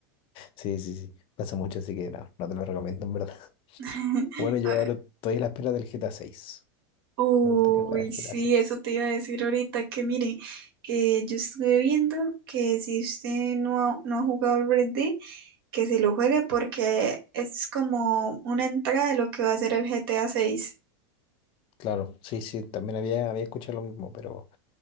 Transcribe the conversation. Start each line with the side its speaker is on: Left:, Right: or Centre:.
Left: Sí, sí, sí. Pasa mucho, así que no, no te lo recomiendo, en verdad. <laughs>
Right: <laughs>
Left: Bueno, yo
Right: A ver,
Left: ahora estoy a la espera del GTA 6.
Right: Uy,
Left: Me gustaría jugar al GTA
Right: sí,
Left: 6.
Right: eso te iba a decir ahorita, que mire, que yo estuve viendo que si usted no ha, no ha jugado al Red Dead, que se lo juegue porque es como una entrada de lo que va a ser el GTA 6.
Left: Claro, sí, sí, también había, había escuchado lo mismo, pero